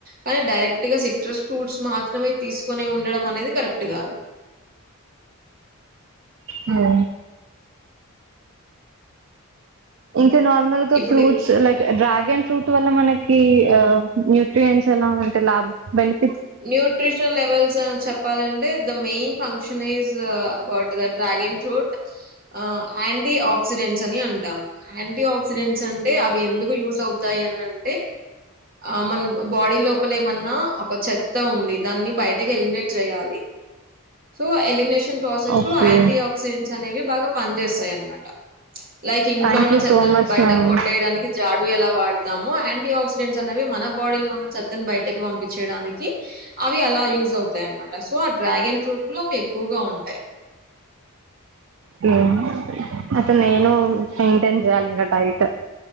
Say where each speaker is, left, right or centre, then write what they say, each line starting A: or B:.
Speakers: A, on the right; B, on the right.
A: కానీ డైరెక్ట్ గా సిట్రస్ ఫ్రూట్స్ మాత్రమే తీసుకు అని ఉండడం అనేది కరెక్ట్ కాదు
B: హ్మ్ ఇంకా నార్మల్ గా
A: ఇప్పుడు
B: ఫ్రూట్స్ లైక్ డ్రాగన్ ఫ్రూట్ వల్ల మనకి కి ఆ న్యూట్రియన్స్ ఎలా ఉంటే లాభ బెనిఫ్
A: న్యూట్రిషనల్ లెవెల్స్ చెప్ప చెప్పాలంటె the main function is about the dragon fruit ఆ అండ్ యాంటీ ఆక్సిడెంట్స్ అని అంటాం యాంటీ ఆక్సిడెంట్స్ అంటే అవి ఎందుకు యూజ్ అవుతాయి అని అంటే ఆ మన బాడీ లోపల ఏమన్నా ఒక చేత్ త్త ఉంది దాన్ని బయటకి ఎలిమినేట్ చేయాలి సో ఎలిమినేషన్ ప్రాసెస్
B: ఓకే
A: లో యాంటీ ఆక్సిడెంట్స్ అనేవి బాగా పని చేేస్తాయి అనమాట లైక్ ఇంట్లో
B: థ్యాంక్
A: ఉన్న
B: యూ
A: చెత్త
B: సో మచ్
A: బయటకు
B: మ్యామ్
A: కొట్టేయడానికి జాడు ఎలా వాడ తామో యాంటీ ఆక్సిడెంట్స్ అనేవి మన బాడీ లో ఉన్న చెత్తని బయటకి పంపించయడానికి అవి అలా యూజ్ అవుతాయి అన్నమాట సో ఆ డ్రాగన్ ఫ్రూట్లలో అవి ఎక్కువగా ఉంటాయి
B: అ అట్లా నేను మెయింటయిన్ చేయాలి ఇంకా diet